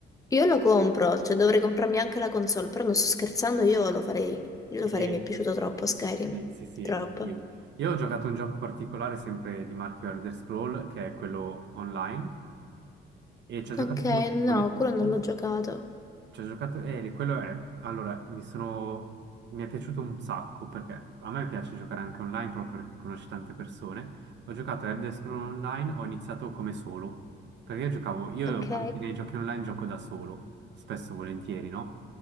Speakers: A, on the left; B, on the right.
A: Io lo compro, cioè dovrei comprarmi anche la console, però non sto scherzando, io lo farei. Io lo
B: E-
A: farei, mi è piaciuto troppo Skyrim.
B: sì sì sì
A: Troppo.
B: anch'io io ho giocato un gioco particolare sempre di marchio Elder Scroll che è quello online e ci ho giocato
A: Ok,
B: per un
A: no,
B: po' di tempo
A: quello non l'ho giocato.
B: Ci ho giocato, eh, quello è, allora, mi sono, mi è piaciuto un sacco perché a me piace giocare anche online proprio perché conosci tante persone. Ho giocato a Elder Scrolls Online, ho iniziato come solo, perché io giocavo, io
A: Ok.
B: anche nei giochi online gioco da solo, spesso e volentieri, no?